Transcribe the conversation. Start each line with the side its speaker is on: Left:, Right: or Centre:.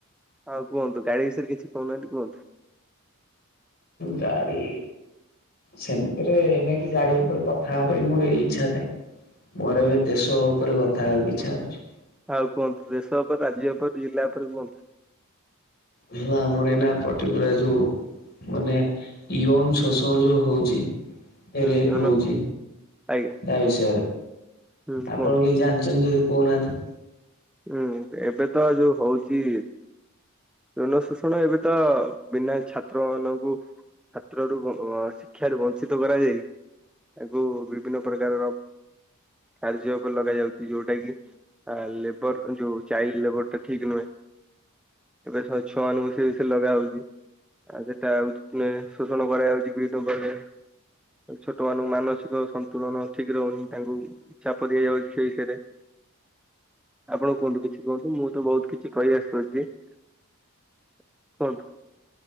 Centre: ହଁ କୁହନ୍ତୁ ଗାଡି ବିଷୟରେ କିଛି କହୁନାହାନ୍ତି? କୁହନ୍ତୁ?
Left: ଗାଡ଼ି ସେମିତିରେ ଅଇନାକେ ଗାଡି ଉପରେ କଥା ହେବା ପାଇଁ ମୋର ଏଇ ଇଚ୍ଛା ନାହିଁ। ମୋର ଏବେ ଦେଶ ଉପରେ କଥା ହେବାକୁ ଇଚ୍ଛା ହେଉଛି।
Centre: ଆଉ କୁହନ୍ତୁ ଦେଶ ଉପରେ ରାଜ୍ୟ ଉପରେ ଜିଲ୍ଲା ଉପରେ କୁଅନ୍ତୁ।
Left: ମୁଁ ଆମର ଏଇନା ପରଟିକୁଲାର୍ ଯୋଉ ମାନେ ୟଂଙ୍ଗ ଶୋଷଣୀୟ ହଉଛି
Centre: ହୁଁ
Left: ରେଫ୍‌
Centre: ୟୋନୋ
Left: ହଉଚି
Centre: ଆଜ୍ଞା
Left: ତା ବିଷୟରେ।
Centre: ହୁଁ କୁହନ୍ତୁ।
Left: ଆପଣ କିଛି ଜାଣିଚନ୍ତି ଯଦି କହୁନାହାନ୍ତି।
Centre: ହୁଁ ଏବେ ତ ଯୋଉ ହଉଚି ଜନ ଶୋଷଣ ଏବେ ତ ବିନା ଛାତ୍ର ମାନଙ୍କୁ ଛାତ୍ରରୁ ଶିକ୍ଷାାରୁ ବଂଞ୍ଚିତ କରାଯାଇ ତାକୁ ବିଭିନ୍ନ ପ୍ରକାରର କାର୍ଯ୍ୟ ଉପରେ ଲଗାଯାଉଚି ଯୋଉଟା କି ଲେ ଲେବର ଯୋଉ ଚାଇଲ୍ଡ ଲେବରଟା ଠିକ୍ ନୁହେଁ। ଏବେ ଛୁଆମାନଙ୍କୁ ସେ ବିଷୟରେ ଲଗା ହଉଚି। ଆଉ ସେଟା ହଉଚି ଶୋଷଣ କରାଯାଉଚି ବିଭିନ୍ନ ପ୍ରକାରରେ। ଛୋଟ ମାନଙ୍କୁ ମାନସିକ ସନ୍ତୁଳନ ଠିକ ରହୁନି ତାଙ୍କୁ ଚାପ ଦିଆଯାଉଚି ସେଇ ବିଷୟରେ ଆପଣ କୁହନ୍ତୁ କିଛି କୁହନ୍ତୁ ମୁଁ ତ ବହୁତ କିଛି କହି ଆସୁଛି କୁହନ୍ତୁ।